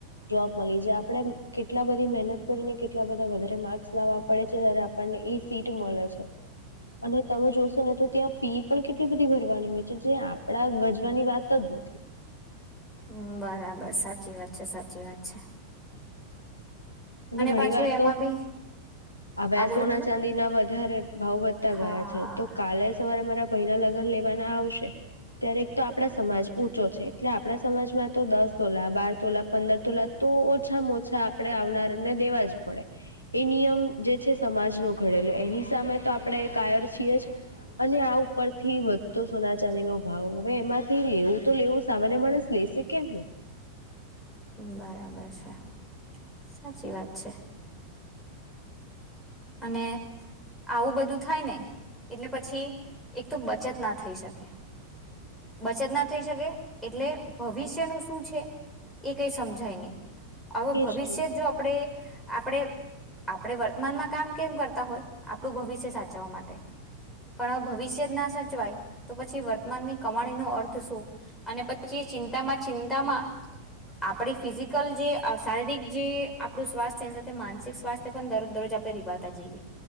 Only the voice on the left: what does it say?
જોબ મળી જાય આપણે કેટલા બધી મહેનત કરીને કેટલા બધા વધારે માર્ક્સ લાવવા પડે છે ત્યારે આપણને સીટું મળલા છે અને તમે જોશો ને તો ત્યાં ફી પણ કેટલી બધી ભરવાની હોય છે જે આપડા ગજવાની વાત જ નથી.
અને ઘણી
વાર
તો
હ્યા
સોના
ચાંદીના વધારે ભાવ વધતા
ગયા છે તો કાલે સવારે મારા ભયના લગ્ન લેવાના આવશે ત્યારે એક તો આપણા સમાજ ઊંચો છે એટલે આપણા સમાજમાં તો દસ તોલા, બાર તોલા, પંદર તોલા તો ઓછામાં ઓછા આપણે આવનાર દેવા જ પડે એ નિયમ જે છે સમાજ નો ઘડેલો એની સામે તો આપણે કાયર છીએ જ. અને આ ઉપર થી વધતો સોના ચાંદી નો ભાવ હવે એમાંથી લેવું તો લેવું સામાન્ય માણસ લેશે કેમનું.
એજ
તો